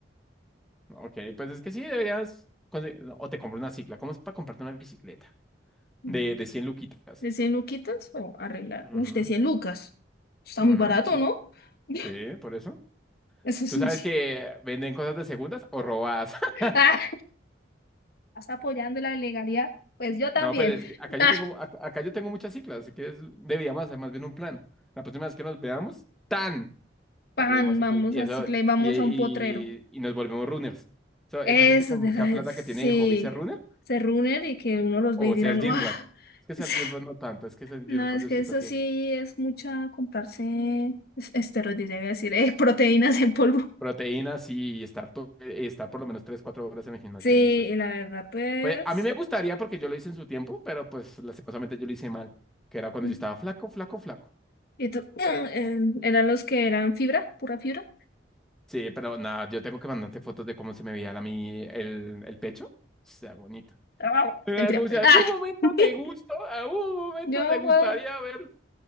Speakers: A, in the centre; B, on the left.
A: Ok, pues es que sí, deberías... conseguir- O te compras una cicla. ¿Cómo es para comprarte una bicicleta?
B: Mm.
A: De, de 100 luquitas.
B: ¿De 100 luquitas o arreglar?
A: Ujú,
B: Uy, de 100 lucas. Está
A: ujú,
B: muy barato,
A: sí,
B: ¿no? <laughs>
A: sí, por eso.
B: Eso es
A: ¿Tú
B: no
A: sabes
B: sé.
A: que venden cosas de segundas o robadas? <laughs>
B: Ah, estás apoyando la legalidad. Pues yo también.
A: No, pues es que acá
B: <laughs>
A: yo tengo, ac- acá yo tengo muchas ciclas, así que es- deberíamos hacer más bien un plan. La próxima vez que nos veamos, tan
B: pan,
A: salimos y,
B: vamos
A: pues, y
B: a
A: eso
B: Cicla y vamos
A: y, y-
B: a un potrero.
A: y nos volvemos runners. So, esa
B: Eso,
A: gente con
B: de
A: mucha plata
B: esas, sí,
A: que tiene de hobby ser runner
B: se reúnen y que uno los
A: o
B: ve y dirán,
A: ser gym
B: ¡guau! <laughs>
A: rat. Es que ser
B: Sí.
A: gym rat no tanto, es que ser
B: No,
A: gym rat
B: es
A: yo
B: que
A: siento
B: eso
A: que
B: sí es mucha comprarse es- esteroides, ya iba a decir, eh, <laughs> proteínas en polvo.
A: proteínas y estar, to- estar por lo menos 3 4 horas en el gimnasio
B: Sí,
A: y pues
B: y la verdad, pues.
A: Pues a mí me gustaría porque yo lo hice en su tiempo, pero pues lastimosamente yo lo hice mal, que era cuando
B: sí.
A: yo estaba flaco, flaco, flaco.
B: ¿Y tú? <clears throat> eh, ¿Eran los que eran fibra? ¿Pura fibra?
A: Sí, pero nada, yo tengo que mandarte fotos de cómo se me veía a mí el, el pecho. Sea bonito.
B: ¡Ah!
A: En
B: Mentira.
A: algún, si algún
B: ¡Ah!
A: momento
B: <laughs>
A: te gustó, algún momento
B: Yo,
A: te gustaría
B: güey,
A: ver.